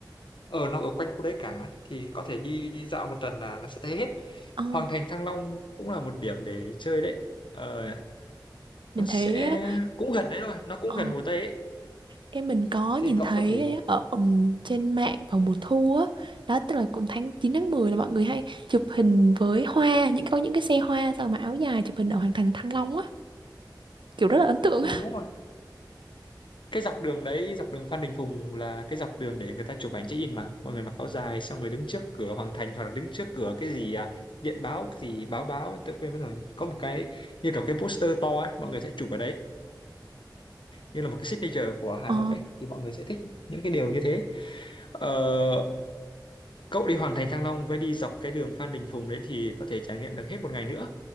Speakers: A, on the left; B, on the right.
A: ở nó ở quanh khu đấy cả thì có thể đi dạo một tuần là nó sẽ thấy hết.
B: Ờ,
A: Hoàng thành Thăng Long cũng là một điểm để chơi đấy. Ờ,
B: mình
A: nó sẽ
B: thấy
A: cũng gần đấy thôi, nó cũng
B: ờ,
A: gần Hồ Tây ấy.
B: Em mình có nhìn
A: Thì cậu
B: thấy
A: có thể
B: ở ừm, trên mạng vào mùa thu á, đó tức là cũng tháng 9 tháng 10 là mọi người hay chụp hình với hoa, những có những cái xe hoa sao mà áo dài chụp hình ở Hoàng thành Thăng Long á, kiểu rất là ấn tượng
A: ừ,
B: á.
A: đúng rồi. cái dọc đường đấy dọc đường Phan Đình Phùng là cái dọc đường để người ta chụp ảnh check-in mà mọi người mặc áo dài xong rồi đứng trước cửa Hoàng Thành hoặc là đứng trước cửa cái gì à, điện báo cái gì báo báo tôi quên mất rồi có một cái như kiểu cái poster to ấy mọi người sẽ chụp ở đấy như là một cái signature của Hà
B: Ờ,
A: Nội ấy, thì mọi người sẽ thích những cái điều như thế ờ, cậu đi Hoàng Thành Thăng Long với đi dọc cái đường Phan Đình Phùng đấy thì có thể trải nghiệm được hết một ngày nữa